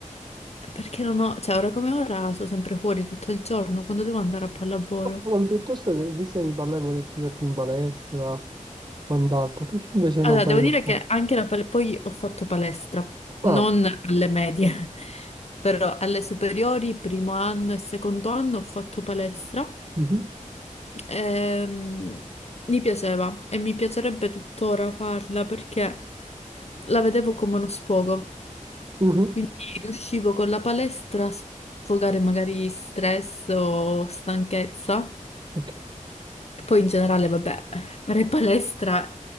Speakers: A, on the left; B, on the right.
A: Perché non ho, cioè ora come ora sto sempre fuori tutto il giorno quando devo andare a pallavolo.
B: Ma piuttosto che, visto che mi parlavo di iscriverti in palestra, quant'altro, perché invece
A: Allora,
B: non fai
A: devo
B: uno
A: dire
B: sport?
A: che anche la pal- poi ho fatto palestra, non
B: Ah,
A: alle medie, <laughs> però alle superiori, primo anno e secondo anno ho fatto palestra.
B: mhm,
A: Ehm, mi piaceva e mi piacerebbe tuttora farla perché la vedevo come uno sfogo,
B: mhm,
A: quindi riuscivo con la palestra a sfogare magari stress o stanchezza.
B: ok.
A: Poi in generale, vabbè, fare palestra